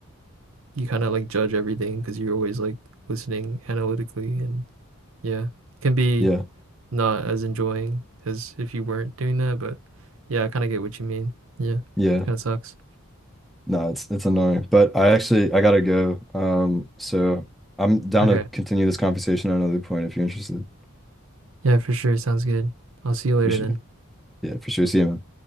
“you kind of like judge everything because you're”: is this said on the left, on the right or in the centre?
Right